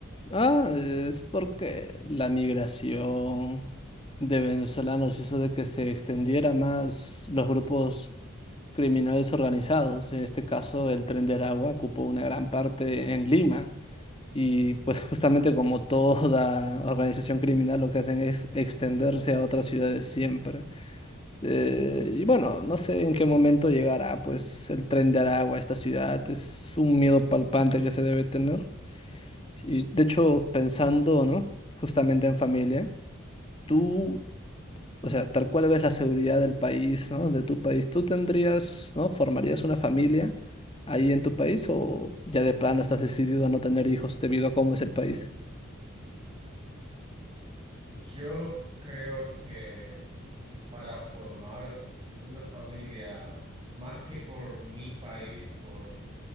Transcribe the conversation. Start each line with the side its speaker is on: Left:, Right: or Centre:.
Left: Ah, es porque la migración de venezolanos hizo de que se extendiera más los grupos criminales organizados. En este caso, el Tren de Aragua ocupó una gran parte en Lima Y pues justamente como toda organización criminal lo que hacen es extenderse a otras ciudades siempre. Eh, y bueno, no sé en qué momento llegará pues el tren de Aragua a esta ciudad. Es un miedo palpante que se debe tener. Y de hecho, pensando, ¿no? Justamente en familia, ¿tú o sea, tal cual ves la seguridad del país, ¿no? De tu país. ¿Tú tendrías, ¿no? ¿Formarías una familia ahí en tu país o ya de plano estás decidido a no tener hijos debido a cómo es el país?
Right: Yo creo que para formar una familia, más que por mi país, por